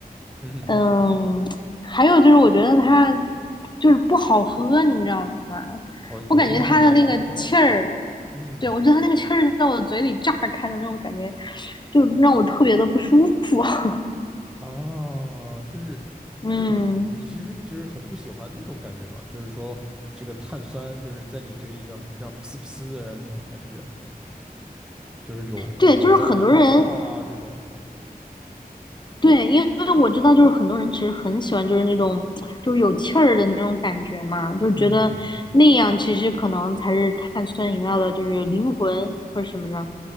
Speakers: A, in the centre; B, on the left.
A: 嗯，
B: 嗯，还有就是我觉得它就是不好喝，你知道吗？
A: 哦，你觉得碳酸饮料不好喝？
B: 我感觉它的那个气儿，
A: 嗯，
B: 对，我觉得它那个气儿在我嘴里炸开的那种感觉，就让我特别的不舒服。<laughs>
A: 啊，就是
B: 嗯，
A: 就是你你其实就是很不喜欢那种感觉嘛，就是说这个碳酸就是在你嘴里这样这样呲呲的，然后那种感觉，就是有有在冒泡啊这种。
B: 对，就是很多人对，因为我知道，就是很多人其实很喜欢，就是那种就是有气儿的那种感觉嘛，就是觉得那样其实可能才是碳酸饮料的，
A: 嗯
B: 就是灵魂或者什么呢。